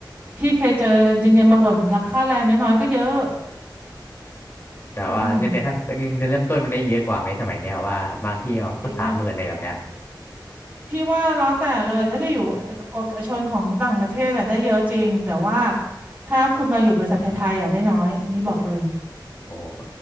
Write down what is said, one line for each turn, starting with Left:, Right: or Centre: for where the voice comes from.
Right: พี่เคยเจอเอนจิเนียร์มาบ่นราคาแรงน้อยๆก็เยอะ
Left: แต่ว่าเงินเดือนขั้นเงินเดือนเริ่มต้นมันได้เยอะกว่าไหมสมัยเนี้ยว่าบางที่ก็สามหมื่นอะไรแบบเนี้ย
Right: อืมจริงๆอ่ะ พี่ว่าแล้วแต่เลยถ้าจะอยู่เอกเอกชนของต่างประเทศอะได้เยอะจริงแต่ว่าถ้าคุณมาอยู่บริษัทไทยๆอะได้น้อยนี่บอกเลย
Left: โอ้โห